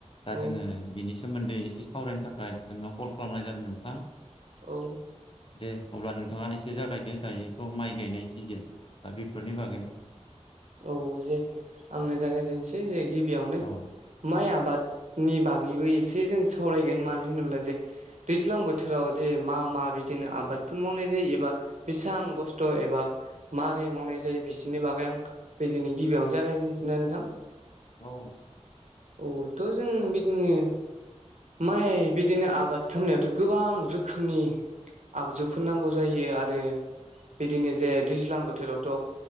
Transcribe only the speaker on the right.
औ
औ
औ जे आंनो जागायजेनसै जे गिबियावनो
माइ आबादनि बागैबो एसे जों सावरायगोन मानो होनोब्ला जे दैज्लां बोथोराव जे मा मा बिदिनो आबादफोर मावनाय जायो एबा बिसां गस्थ' एबा माबारै मावनाय जायो बिसोरनि बागै आं बेदिनो गिबियावनो जागायजेनसैना नोंथां
औ थ' जों बिदिनो माइ बिदिनो आबाद खालामनायावथ' गोबां रोखोमनि आगजु फोरनांगौ जायो आरो बिदिनो जे दैज्लां बोथोरावथ'